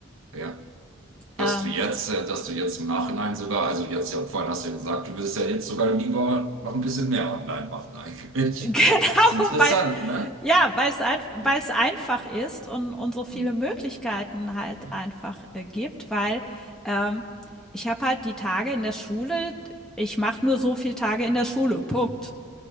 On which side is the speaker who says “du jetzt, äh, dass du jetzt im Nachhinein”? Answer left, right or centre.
Right